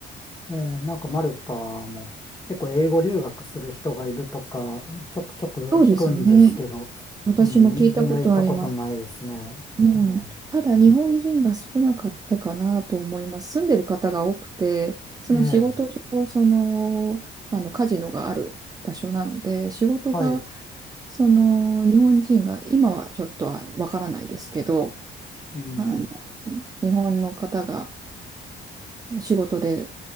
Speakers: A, on the left (about 20°); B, on the right (about 20°).
A: ええなんかマルタも結構英語留学する人がいるとか、ちょくちょく聞くんですけど、
B: そうですね。私も聞いたことあります。
A: うん、全然行ったことないですね。
B: うん、
A: ね
B: ただ日本人が少なかったかなと思います。住んでる方が多くて、その仕事上、
A: ええ、
B: その、あのカジノがある場所なので、仕事が
A: はい、
B: その日本人が今はちょっとはわからないですけど
A: うん、
B: あの日本の方が仕事で